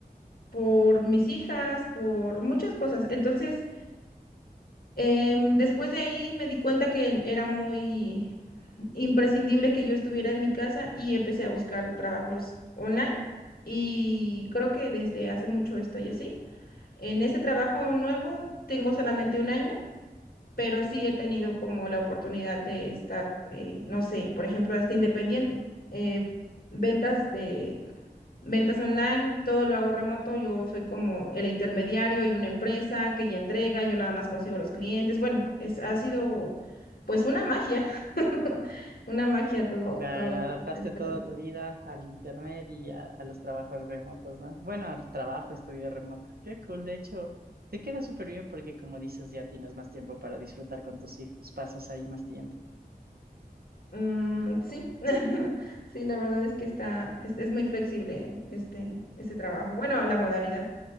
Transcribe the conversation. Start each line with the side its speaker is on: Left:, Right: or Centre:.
Left: por mis hijas, por muchas cosas. Entonces, em, después de ahí me di cuenta que era muy imprescindible que yo estuviera en mi casa y empecé a buscar trabajos online y creo que desde hace mucho estoy así. En este trabajo nuevo tengo solamente un año. pero sí he tenido como la oportunidad de estar, eh, no sé, por ejemplo, hasta independiente. eh, ventas de Ventas online, todo lo hago remoto, yo soy como el intermediario, hay una empresa que ya entrega, yo nada más consigo los clientes. Bueno, es, ha sido pues una magia, <laughs> una magia todo,
Right: Claro,
Left: todo
Right: adaptaste
Left: esto.
Right: toda tu vida al internet y a, a los trabajos remotos, ¿no? Bueno, al trabajo, estudio remoto. Qué cool, de hecho, te queda súper bien porque como dices, ya tienes más tiempo para disfrutar con tus hijos, pasas ahí más tiempo.
Left: Mm, sí, <laughs> sí, la verdad es que está, es, es muy flexible este, este trabajo. Bueno, la modalidad.